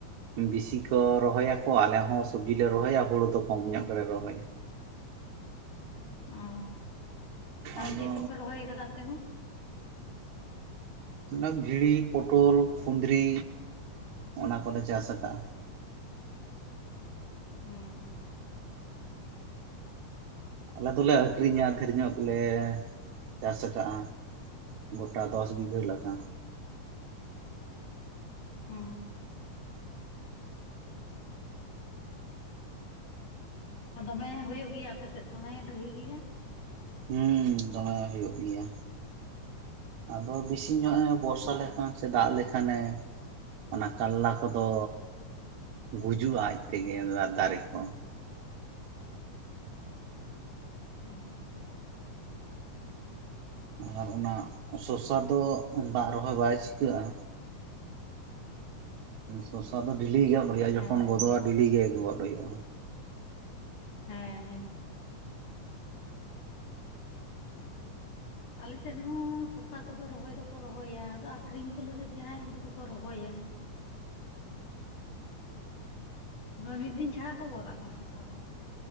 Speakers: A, on the right; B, on the left.
A: ᱵᱤᱥᱤ ᱠᱚ ᱨᱚᱦᱚᱭᱟ ᱠᱚ ᱟᱞᱮ ᱦᱚᱸ ᱥᱚᱵᱽᱡᱤ ᱞᱮ ᱨᱚᱦᱚᱭᱟ ᱦᱩᱲᱩ ᱫᱚ ᱠᱚᱢ ᱧᱚᱜ ᱜᱮᱞᱮ ᱨᱚᱦᱚᱭᱟ᱾
B: ᱩᱸ ᱛᱟᱦᱚᱸᱞᱮ
A: ᱟᱫᱚ
B: ᱪᱮᱫ ᱠᱚᱯᱮ ᱨᱚᱦᱚᱭ ᱠᱟᱫᱟ ᱟᱯᱮ ᱫᱚ?
A: ᱚᱱᱟ ᱵᱷᱤᱲᱤ ᱯᱚᱴᱚᱞ ᱠᱩᱱᱫᱽᱨᱤ, ᱚᱱᱟ ᱠᱚᱞᱮ ᱪᱟᱥ ᱠᱟᱜ-ᱟ᱾
B: ᱦᱩᱸ᱾
A: ᱟᱞᱮ ᱫᱚᱞᱮ ᱟᱹᱠᱷᱨᱤᱧᱟ ᱰᱷᱮᱨ ᱧᱚᱜ ᱜᱮᱞᱮ ᱪᱟᱥ ᱠᱟᱜ-ᱟ᱾ ᱜᱚᱴᱟ ᱫᱚᱥ ᱵᱤᱜᱷᱟᱹ ᱞᱮᱠᱟ᱾
B: ᱚ ᱫᱚᱢᱮ ᱦᱩᱭᱩᱜ ᱜᱮᱭᱟ ᱟᱯᱮ ᱥᱮᱫ ᱫᱚᱢᱮ ᱰᱟᱹᱦᱤ ᱜᱮᱭᱟ᱾
A: ᱦᱮᱸ ᱫᱚᱢᱮ ᱦᱩᱭᱩᱜ ᱜᱮᱭᱟ, ᱟᱫᱚ ᱵᱮᱥᱤ ᱧᱚᱜ ᱮ ᱵᱚᱨᱥᱟ
B: ᱚ
A: ᱞᱮᱠᱷᱟᱱ ᱥᱮ ᱫᱟᱜ ᱞᱮᱠᱷᱟᱱᱮ ᱚᱱᱟ ᱠᱟᱞᱞᱟ ᱠᱚ ᱫᱚᱻ ᱜᱩᱡᱩᱜ-ᱟ ᱟᱡ ᱛᱮᱜᱮ ᱚᱞᱱᱟ ᱫᱟᱨᱮ ᱠᱚ᱾
B: ᱚ
A: ᱟᱨ ᱚᱱᱟ ᱥᱚᱥᱟ ᱫᱚ, ᱫᱟᱜ ᱨᱮ ᱦᱚᱸᱭ ᱵᱟᱭ ᱪᱤᱠᱟᱹᱜ-ᱟ᱾ ᱥᱚᱥᱟ ᱫᱚ ᱰᱮᱞᱤ ᱜᱚᱫ ᱦᱩᱭᱩᱜ-ᱟ, ᱡᱚᱠᱷᱚᱱ
B: ᱦᱮᱸ
A: ᱜᱚᱫᱚᱜ-ᱟ ᱰᱮᱞᱤ ᱜᱮ ᱜᱚᱫ ᱦᱩᱭᱩᱜ-ᱟ᱾
B: ᱦᱮᱸ ᱦᱮᱸ᱾ ᱟᱞᱮᱥᱮᱫ ᱦᱚᱸ ᱥᱚᱥᱟ ᱠᱚᱫᱚ ᱨᱚᱦᱚᱭ ᱫᱚᱠᱚ ᱨᱚᱦᱚᱭᱟ ᱟᱫᱚ ᱟᱹᱠᱷᱨᱤᱧ ᱠᱚ ᱞᱟᱹᱜᱤᱫ ᱡᱟᱦᱟᱸᱭ ᱩᱱᱠᱩ ᱫᱚᱠᱚ ᱨᱚᱦᱚᱭᱟ᱾ ᱢᱤᱫ ᱫᱤᱱ ᱪᱷᱟᱲᱟ ᱠᱚ ᱜᱚᱫᱟ ᱟᱫᱚ ᱥᱚᱥᱟ ᱫᱚ᱾